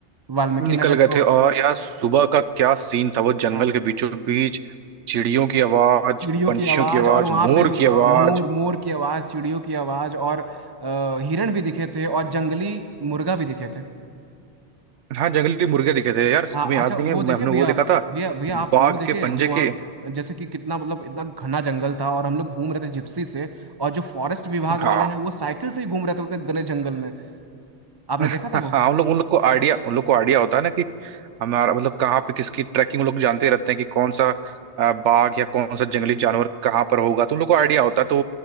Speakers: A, on the right (about 25°); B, on the right (about 85°).
A: वाल्मीकि
B: निकल
A: नगर
B: गए
A: जो
B: थे और
A: अ,
B: यार सुबह का क्या सीन था वो जंगल
A: हाँ
B: के बीचों बीच चिड़ियों की आवाज
A: चिड़ियों
B: पंछियों
A: की आवाज
B: की आवाज
A: और वहाँ
B: मोर
A: पे अ,
B: की आवाज
A: मोर मोर की आवाज चिड़ियों की आवाज और अ, हिरण भी दिखे थे और जंगली मुर्गा भी दिखे थे
B: हाँ जंगली मुर्गे दिखे थे यार
A: हाँ
B: तुम्हें
A: अच्छा
B: याद नहीं
A: वो
B: है मैं-
A: देखे
B: हमने
A: भैया
B: वो देखा था
A: भैया भैया आप
B: बाघ
A: वो देखे
B: के पंजे
A: जो वहाँ
B: के
A: जैसे कि कितना मतलब इतना घना जंगल था और हम लोग घूम रहे थे जिप्सी से और जो फॉरेस्ट विभाग
B: हाँ
A: वाले हैं वो साइकिल से ही घूम रहे थे उस घने जंगल में आपने देखा
B: हाँ
A: था वो
B: हाँ उन लोग उन लोग को आइडिया उन लोग को आइडिया होता है ना कि हमारा मतलब कहाँ पे किसकी ट्रैकिंग उन लोग जानते रहते हैं कि कौन सा अ, बाघ या कौन सा जंगली जानवर कहाँ पर होगा तो उन लोग को आइडिया होता है तो